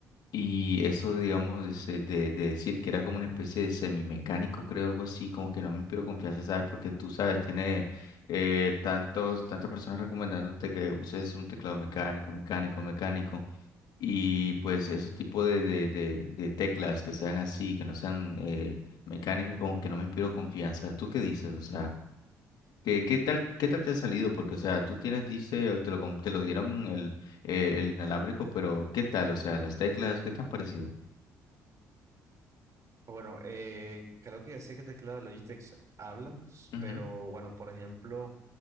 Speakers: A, on the left (about 60°); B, on the right (about 45°).
A: Y eso, digamos, ese de, de decir que era como una especie de semimecánico, creo, algo así, como que no me inspiró confianza, ¿sabes? Porque tú sabes, tiene eh, tantos, tantas personas recomendándote que uses un teclado mecánico, mecánico, mecánico. Y pues ese tipo de, de, de, de teclas que sean así, que no sean eh, mecánicas, como que no me inspiró confianza. ¿Tú qué dices? O sea, ¿qué, qué tal, qué tal te ha salido? Porque, o sea, tú tienes, dice, te lo, com- te lo dieron el, eh, el inalámbrico, pero ¿qué tal? O sea, las teclas, ¿qué te han parecido?
B: Bueno, eh, creo que ya sé qué teclado de Logitech habla, s-
A: Ujú,
B: pero bueno, por ejemplo,